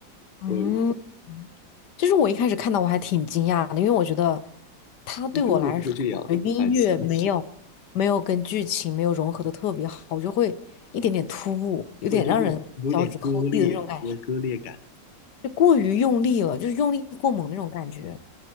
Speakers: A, on the left; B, on the left.
A: 嗯，
B: 我有印
A: 就是我一开始看到我还挺惊讶的，因为我觉得它对我来说，
B: 象中国不会这样，
A: 我的音乐没有没有跟剧情没有融合的特别好，
B: 蛮新奇。
A: 我就会一点点突兀，有点让人脚趾抠地的那种感觉，
B: 对，就是有点割裂，有点割裂感
A: 就过于用力了，就是用力过猛那种感觉。